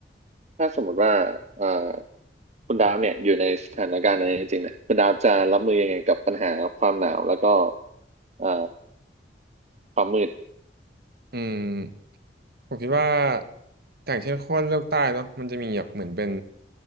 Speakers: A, on the right; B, on the right.
A: ถ้าสมมติว่าเอ่อคุณดาฟเนี่ยอยู่ในสถานการณ์นั้นจริงๆเนี่ยคุณดาฟจะรับมือยังไงกับปัญหาความหนาวแล้วก็เอ่อความมืด
B: อืมผมคิดว่าอย่างเช่นขั้วโลกใต้เนาะมันจะมีแบบเหมือนเป็น